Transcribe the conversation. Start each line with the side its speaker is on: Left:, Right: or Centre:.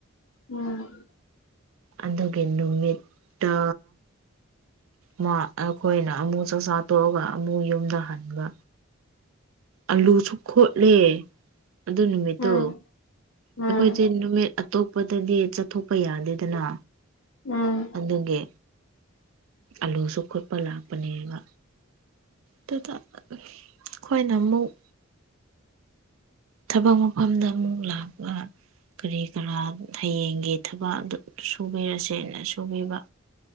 Left: ꯑꯣ
Right: ꯑꯗꯨꯒꯤ ꯅꯨꯃꯤꯠ ꯇꯣ ꯃꯥ ꯑꯩꯈꯣꯏꯅ ꯑꯃꯨꯛ ꯆꯥꯛꯆꯥꯥ ꯇꯣꯛꯑꯒ ꯑꯃꯨꯛ ꯌꯨꯝꯗ ꯍꯟꯕ ꯑꯂꯨꯁꯨ ꯈꯣꯠꯂꯦ ꯑꯗꯨ ꯅꯨꯃꯤꯠꯇꯣ
Left: ꯎꯝ ꯎꯝ
Right: ꯑꯩꯈꯣꯏꯁꯦ ꯅꯨꯃꯤꯠ ꯑꯇꯣꯞꯄꯗꯗꯤ ꯆꯠꯊꯣꯛꯄ ꯌꯥꯗꯦꯗꯅ
Left: ꯎꯝ
Right: ꯑꯗꯨꯒꯤ ꯑꯂꯨꯁꯨ ꯈꯣꯠꯄ ꯂꯥꯛꯄꯅꯦꯕ ꯑꯗꯨꯗ ꯑꯩꯈꯣꯏꯅ ꯑꯃꯨꯛ ꯊꯕꯛ ꯃꯐꯝꯗ ꯑꯃꯨꯛ ꯂꯥꯛꯄ ꯀꯔꯤ ꯀꯔꯥ ꯍꯌꯦꯡꯒꯤ ꯊꯕꯛ ꯑꯗꯨ ꯁꯨꯕꯤꯔꯁꯦꯅ ꯁꯨꯕꯤꯕ